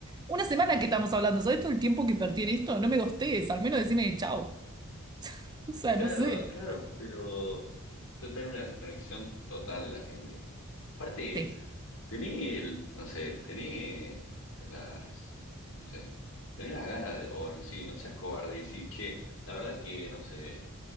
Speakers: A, on the right (about 20°); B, on the left (about 65°).
A: una semana que estamos hablando. ¿Sabes todo el tiempo que invertí en esto? No me gostees, al menos decime chao. <laughs> O sea,
B: Claro,
A: no sé.
B: claro, pero es total una desconexión total de la gente. Aparte,
A: Sí,
B: tenés, el- no sé, tenés las, no sé, tenés las ganas de, o no- sí, no seas cobarde y decir, che, la verdad que no sé.